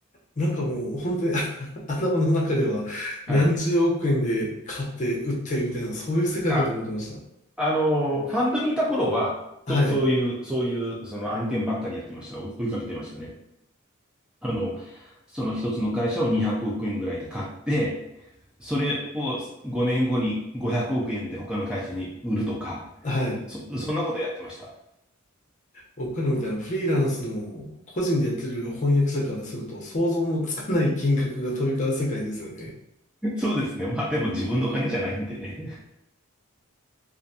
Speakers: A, on the left; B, in the centre.
A: なんかもう本当に <laughs> 頭の中では何十億円で買って売ってみたいな、
B: はい。
A: そういう世界かと思ってました。
B: あ、あのーファンドにいた頃は、
A: はい。
B: そ、そういう、そういう、その案件ばっかりやってました。追い追いかけてましたね。あの、その一つの会社を200億円ぐらいで買って、それを5年後に500億円で他の会社に売るとか、
A: はい。
B: そ、そんなことやってました。
A: 僕らみたいなフリーランスの個人でやってる翻訳者からすると想像のつかない金額が飛び交う世界ですよね。
B: <laughs> そうですね。まあでも自分のお金じゃないんでね。